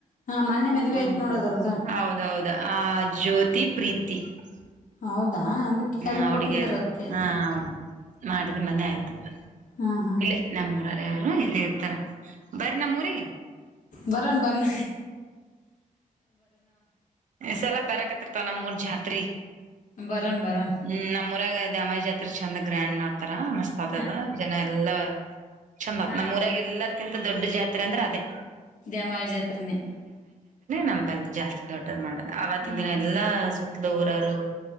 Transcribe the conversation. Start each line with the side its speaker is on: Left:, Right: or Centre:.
Left: ಹಾ ಮೊನ್ನೆ ಮದ್ವೆ
Right: ಹ್ಮ
Left: ಆಯ್ತು ನೋಡು ಅದ್ರದ್ದು
Right: ಹೌದೌದು ಆ ಜ್ಯೋತಿ ಪ್ರೀತಿ <unintelligible>
Left: ಹೌದಾ ಅದಕ್ಕೆ
Right: ಹ್ಮ
Left: ಅಲ್ಲಿ
Right: ಅವಡ್ಗೆ
Left: ಕೊಟ್ಟಿದ್ರು ಅದಕ್ಕೆ
Right: ಹಾ ಹ ಮಾಡಿದ ಮನ್ ಆಯ್ತು
Left: ಹಾಂ ಹಾಂ
Right: ಇಲ್ಲೇ ನಮ್ಮೂರರ ಅವರು ಇಲ್ಲೇ ಇರ್ತಾರ ಬರ ನಮ್ಮೂರಿ
Left: ಬರಣ ಬರ್ಣ
Right: ಹ ಸಲ ಬರಕತಿರ್ತವ ನಮ್ ಮೂರ್ ಜಾತ್ರಿ
Left: ಬರೋಣ ಬರೋಣ
Right: ಹ್ಮ್ ನಮ್ಮ್ಊರಾಗ ಅದೆ ಅಮೇಜ್ ಹತ್ರ ಚಂದ ಗ್ರ್ಯಾಂಡ್ ಮಾಡಾರ್ತ ತರ ಮಸ್ತ್ ಆತದ
Left: ಹಾಂ
Right: ಜನ ಎಲ್ಲಾ ಚಂದ ಆತ
Left: ಹಾಂ
Right: ನಮ್ಮ್ಊರಾಗ ಎಲ್ಲ ಅದಂತ ದೊಡ್ಡ ಜಾರೆ ಅಂದ್ರೆ ಅದೇ
Left: ಇದ ದೇಮವ ಜಾತ್ರನೆ
Right: ನಮಲ್ಲಿ ಜಾಸ್ತಿ ದೊಡ್ಡದ್ ಮಾಡದು ಆವತ್ತಿನ
Left: ಹಾಂ
Right: ದಿನ ಎಲ್ಲಾ ಸುತ್ತದ ಊರರು